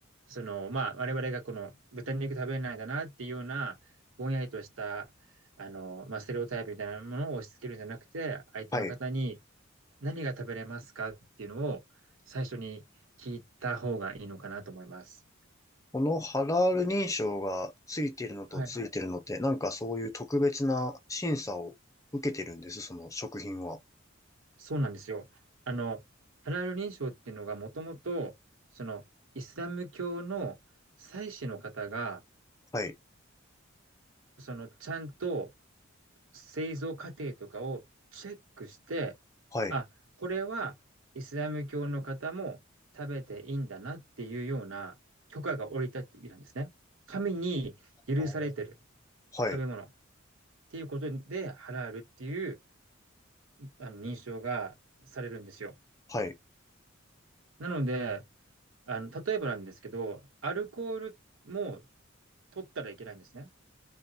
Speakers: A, on the right; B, on the left.
A: その、まあ、我々がこの豚肉食べないんだなっていうような、ぼんやりとした、あの、まあ、ステレオタイプみたいなものを押し付けるんじゃなくて、相手の方に、
B: はい。
A: 何が食べれますかっていうのを最初に聞いた方がいいのかなと思います。
B: このハラール認証がついてるのとついてるのって、
A: はい。
B: なんかそういう特別な審査を受けてるんです、その食品は。
A: そうなんですよ。あの、ハラール認証っていうのがもともと、そのイスラム教の祭司の方が、
B: はい、
A: そのちゃんと製造過程とかをチェックして、
B: はい。
A: あ、これはイスラム教の方も食べていいんだなっていうような許可が下りたって意味なんですね。神に許されてる
B: あーはい、
A: 食べ物。っていうことで、ハラールっていうあの認証がされるんですよ。
B: はい。
A: なので、あの例えばなんですけど、アルコールも取ったらいけないんですね。